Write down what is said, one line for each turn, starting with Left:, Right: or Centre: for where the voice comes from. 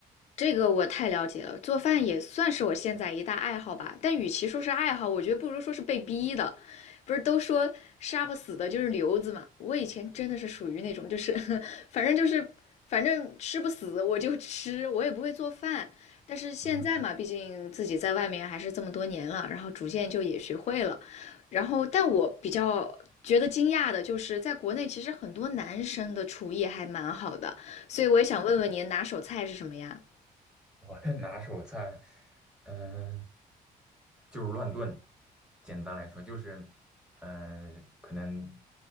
Left: 这个我太了解了，做饭也算是我现在一大爱好吧。但与其说是爱好，我觉得不如说是被逼的。不是都说杀不死的就是瘤子嘛？我以前真的是属于那种，就是 <laughs> 反正就是反正吃不死我就吃，我也不会做饭。但是现在嘛，
Centre: 嗯。
Left: 毕竟自己在外面还是这么多年了，然后逐渐就也学会了。然后，但我比较觉得惊讶的就是，在国内其实很多男生的厨艺还蛮好的，所以我也想问问您拿手菜是什么呀？
Centre: 我的拿手菜，嗯、就是乱炖。简单来说，就是，嗯、可能